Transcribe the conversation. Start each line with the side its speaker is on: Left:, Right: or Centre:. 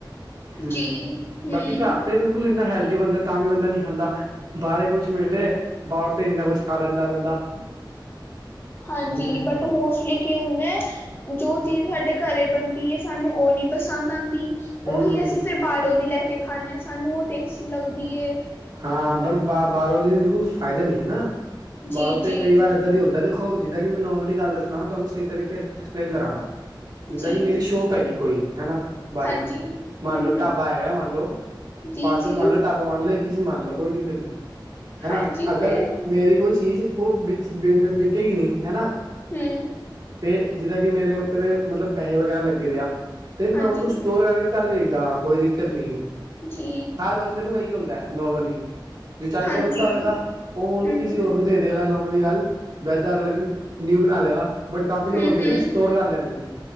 Right: ਹੁੰ
Left: ਜੀ, ਹੂੰ।
Right: ਬਾਕੀ ਘਰ ਤੇ ਬਿਲਕੁਲ ਇੰਨਾ ਹੈਲਦੀ ਬੰਦਾ ਤਾਂ ਵੀ ਬੰਦਾ ਨਹੀਂ ਖਾਂਦਾ। ਬਾਹਾਰੇ ਕੁਛ ਮਿਲ ਜੇ ਬਾਹਰ ਤੇ ਇੰਨਾ ਕੁਛ ਖਾ ਲੈਂਦਾ ਬੰਦਾ।
Left: ਹਾਂਜੀ
Right: ਹੂੰ,
Left: ਬਟ ਮੋਸਟਲੀ ਕੀ ਹੁੰਦਾ ਜੋ
Right: ਹੂੰ,
Left: ਚੀਜ਼ ਸਾਡੇ ਘਰੇ ਬੰਦੀ ਏ ਸਾਨੂੰ ਉਹ ਨੀ ਪਸੰਦ ਆਂਦੀ
Right: ਹੂੰ।
Left: ਉਹੀ ਅਸੀਂ ਫਿਰ ਬਾਹਰੋਂ ਦੀ ਲੈ ਕੇ ਖਾਂਦੇ। ਸਾਨੂੰ ਉਹ ਟੇਸਟੀ ਲੱਗਦੀ ਏ।
Right: ਹਾਂ ਬਰ ਬਾਰੋ ਦੀ ਫਾਇਦਾ ਨੀ ਹੈ ਨਾ,
Left: ਜੀ
Right: ਬਾਰੋ
Left: ਜੀ
Right: ਤੇ ਕਈ ਵਾਰ ਦਾਂ ਹੁੰਦਾ ਦੇਖੋ ਜਿੱਦਾਂ ਕੀ ਮੈਂ ਨੋਰਮਲੀ ਗੱਲ ਦੱਸਨਾ ਵਾ ਤੁਹਾਨੂੰ ਸਹੀ ਤਰੀਕੇ ਐਕਸਪਲੇਨ ਕਰਾਂਗਾ। ਜਿੱਦਾਂ
Left: ਜੀ
Right: ਕਿ ਮੇਰੀ ਸ਼ੋਪ ਹੈਗੀ ਕੋਈ ਹਨਾ ਬਾਰੇ
Left: ਹਾਂਜੀ
Right: ਮੰਨ
Left: ਹਮ
Right: ਲਓ
Left: ਹਮ
Right: ਢਾਬਾ ਹੈਗਾ ਮੰਨ ਲਓ।
Left: ਜੀ
Right: ਫਾਸਟ ਫੂਡ
Left: ਜੀ
Right: ਮਨ ਲੋ ਢਾਬਾ ਮਨ ਲੋੋ ਇੱਕ ਹੀ ਚੀਜ਼ ਮੰਨ ਲੋ ਕੋਈ ਦਿੱਕਤ ਨਹੀਂ ਹਨਾ
Left: ਹਾਂਜੀ
Right: ਅਗਰ
Left: ਤੇ
Right: ਮੇਰੀ ਕੋਈ ਚੀਜ਼ ਉਹ ਵਿੱਚ ਮ ਵਿਕੇੇਗੀ ਨਹੀਂ ਹੈਨਾ।
Left: ਹੁੰ।
Right: ਤੇ ਜਿੱਦਾਂ ਕਿ ਮੇਰੇ ਉੱਤੇ ਦੇ ਮਤਲਬ ਪੈਹੇ ਵਗੈਰਾ ਲੱਗੇ ਦੇ ਆ ਤੇ ਮੈਂ
Left: ਹਾਂਜੀ
Right: ਉਹਨੂੰ ਸਟੋਰ ਕਰ ਕੱਲ ਵੇਖਦਾ ਹਾਂ ਕੋਈ ਦਿੱਕਤ ਨਹੀਂ ਏ।
Left: ਜੀ।
Right: ਬੰਦੇ ਨੂੰ ਇਹੀ ਹੁੰਦਾ ਨੋਰਮਲੀ ਜੋ ਚੱਜ
Left: ਹਾਂਜੀ
Right: ਦਾ ਬੰਦਾ ਹੋਏਗਾ ਉਹਨੂੰ
Left: ਹਮ
Right: ਕਿਸੇ ਹੋਰ ਨੂੰ ਦੇ ਨੋਰਮਲੀ ਗੱਲ ਬੈਦਾ ਅਗਲੇ ਦਿਨ ਨਿਊ ਬਣਾ ਲੇਗਾ। ਬਟ ਕਾਫੀ ਲੋਕ
Left: ਹਮ
Right: ਹੁੰਦੇ
Left: ਹਮ
Right: ਨੇ ਸਟੋਰ ਕਰ ਲੈਂਦੇ ਨੇ